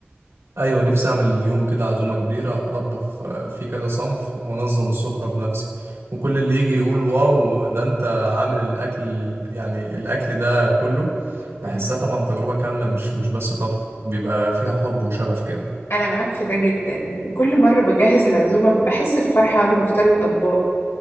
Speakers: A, on the right; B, on the left.
A: ايوه نفسي اعمل اليوم كده عزومه كبيره اطبخ آه، في كذا صنف وانظم السفره بنفسي وكل اللي يجي يقول واو ده انت عامل الاكل يعني الاكل ده كله بحسها
B: <laughs>
A: طبعا تجربه كامله مش مش بس طبخ بيبقى فيها حب وشغف كده
B: انا معاك في ده جدا وكل مرة بجهز العزومة بحس بفرحة وانا بختار الاطباق